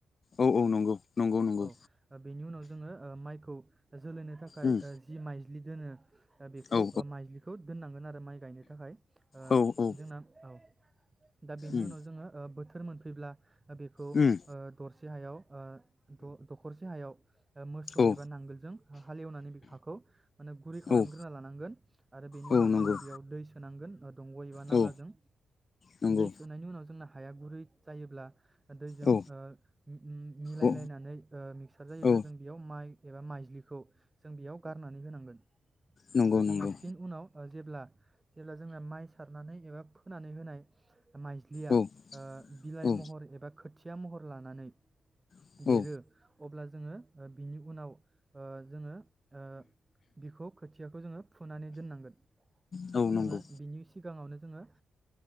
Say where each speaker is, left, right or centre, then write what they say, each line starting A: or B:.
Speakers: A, on the left; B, on the right.
A: औ औ नंगौ नंगौ नंगौ
B: औ बेनि उनाव जोङो ओ माइखौ जोलैनो थाखाय
A: उम
B: जि माइ बिदि दोनो बेखौ
A: औ
B: माइज्लिखौ दोननांगोन आरो माइ गायनो थाखाय
A: औ औ
B: जोंना औ दा बेनि
A: उम
B: उनाव जोङो बोथोर मोन फैब्ला बेखौ
A: उम
B: दरसे हायाव द-दखरसे हायाव मोसौ
A: औ
B: एबा नांगोलजों हालेवनानै बे हाखौ माने गुरै खालामग्रोना
A: औ
B: लानांगोन आरो बेनि
A: औ
B: उनाव
A: नंगौ
B: जोङो बेयाव दै सोनांगोन दंग' एबा नालाजों
A: औ नंगौ
B: दै सोनायनि उनाव जोंना हाया गुरै जायोब्ला दैजों
A: औ
B: ओ मिलायलायनानै
A: औ
B: ओ मिक्सार जायोब्ला
A: औ
B: जों बेयाव माइ एबा माइजलिखौ जों बेयाव गारनानै होनांगोन
A: नंगौ
B: जोंना
A: नंगौ
B: फिन उनाव जेब्ला जेब्ला जोंना माइ सारनानै एबा फोनानै होनाय माइज्लिया
A: औ
B: ओ बिलाइ
A: औ
B: महर एबा खोथि या महर लानानै
A: औ
B: देरो अब्ला जोङो बिनि उनाव ओ जोङो ओ बिखौ खोथियाखौ जोङो फुनानै दोननांगोन
A: औ नंगौ
B: जोङो बिनि सिगाङावनो जोङो